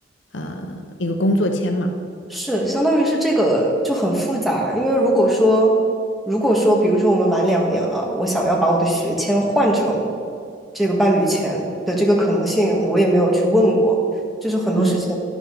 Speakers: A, on the left (about 75°); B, in the centre.
A: 呃一个工作签嘛？
B: 是，相当于是这个就很复杂，因为如果说，如果说，比如说我们满两年了，我想要把我的学签换成这个伴侣签的这个可能性，我也没有去问过。就是很多事情，
A: 嗯，